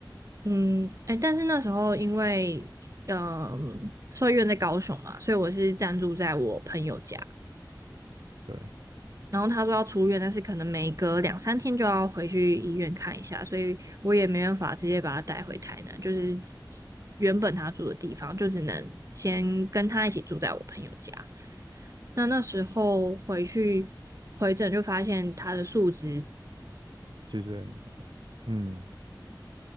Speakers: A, on the right (about 40°); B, on the right (about 70°).
A: 嗯，哎，但是那时候因为，呃嗯，兽医院在高雄嘛，所以我是暂住在我朋友家。
B: 对，
A: 然后他说要出院，但是可能每隔两三天就要回去医院看一下，所以我也没办法直接把他带回台南，就是原本他住的地方，就只能先跟他一起住在我朋友家。那那时候回去回诊就发现他的数值
B: 其实也嗯